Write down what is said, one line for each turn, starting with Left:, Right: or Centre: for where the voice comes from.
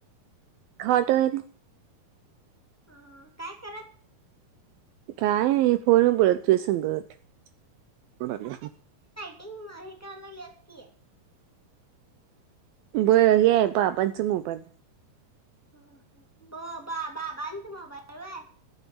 Right: खोट वर.
Centre: ह काय करत
Right: काय नाही फोन वर बोलत तुझा संगट. <unintelligible>
Centre: इंग म हे कराय लागल्यात की.
Right: बरं हे आहे बाबांचा मोबाईल.
Centre: ह ह ब बा बाबांच आहे होय